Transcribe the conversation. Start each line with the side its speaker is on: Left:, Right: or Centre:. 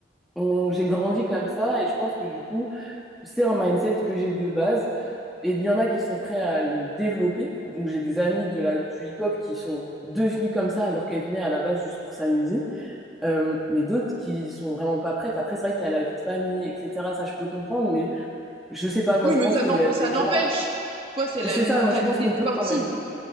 Centre: on, j'ai grandi comme ça et je pense que du coup, c'est un mindset que j'ai de base. Et il y en a qui sont prêts à le développer. Donc j'ai des amis de la, du hip-hop qui sont devenus comme ça alors qu'elles venaient à la base juste pour s'amuser. Euh, mais d'autres qui sont vraiment pas prêtes. Après, c'est vrai qu'il y a la vie de famille, etc. Ça, je peux comprendre. Mais je sais pas, moi,
Right: Oui,
Centre: je
Right: mais
Centre: pense
Right: ça
Centre: qu'il
Right: n'emp-
Centre: y a des
Right: ça n'empêche.
Centre: gens...
Right: Toi, c'est la
Centre: C'est
Right: une
Centre: ça,
Right: mentalité
Centre: moi, je pense qu'on
Right: de
Centre: peut
Right: sportive.
Centre: quand même.